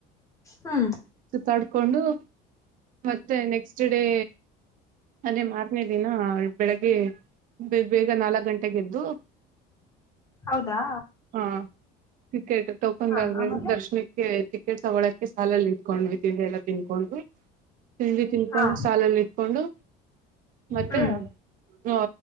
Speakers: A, on the left (about 15°); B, on the right (about 45°).
A: ಹ್ಮ್
B: ಸುತ್ತಾಡ್ಕೊಂಡು ಮತ್ತೆ ನೆಕ್ಸ್ಟ್ ಡೇ ಅದೇ ಮಾರ್ನೇ ದಿನ ಬೆಳಿಗ್ಗೆ ಬೇಗ ನಾಲ್ಕ್ ಗಂಟೆೆಗೆದ್ದು
A: ಹೌದಾ
B: ಆ ಟಿಕೆಟ್ ತಟಕೊಂಡಾಗ
A: ಹಾ ಆಮೇಲೆ
B: ದರ್ಶನಕ್ಕೆ ಟಿಕೆಟ್ ಸಗಳಕ್ಕೆೆ ಸಾಲಲ್ಲಿ ಇಂಕೊಂಡ್ಲ್ಲ ತಿನ್ಕೊಂಡು ತಿಂಡಿ ತಿನ್ಕೊಂಡು
A: ಹಾ
B: ಸಾಲಲ್ಲಿ ಇಟ್ಕೊಂಡು ಮತ್ತೆ
A: ಹ್ಮ್
B: ಆ